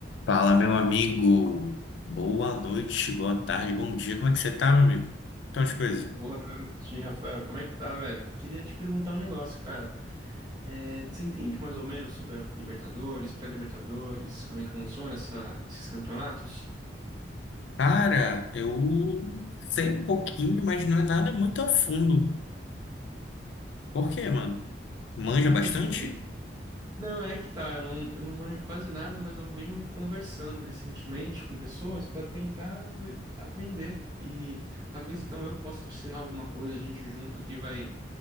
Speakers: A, on the left (about 85°); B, on the right (about 25°).
A: Fala, meu amigo. Boa noite, boa tarde, bom dia. Como é que você tá, meu amigo? Então, as coisas.
B: Boa noite, Rafael. Como é que tá, velho? Queria te perguntar um negócio, cara. É, você entende mais ou menos sobre a Libertadores, pré-Libertadores, como é que funciona essa- esses campeonatos?
A: Cara, eu sei um pouquinho, mas não é nada muito a fundo. Por quê, mano? Manja bastante?
B: E, <laughs> hum, não, é que tá, eu não, eu não manjo quase nada, mas eu venho conversando recentemente com pessoas para tentar ver- aprender. E talvez então eu possa te ensinar alguma coisa, a gente junto aqui vai,